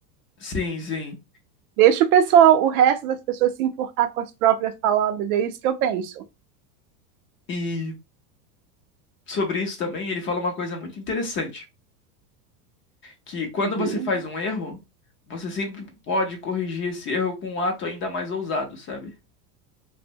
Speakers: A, on the left; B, on the right.
A: Sim, sim.
B: Deixa o pessoal, o resto das pessoas se enforcar com as próprias palavras, é isso que eu penso.
A: E sobre isso também, ele fala uma coisa muito interessante, que quando
B: Uhum.
A: você faz um erro, você sempre pode corrigir esse erro com um ato ainda mais ousado, sabe?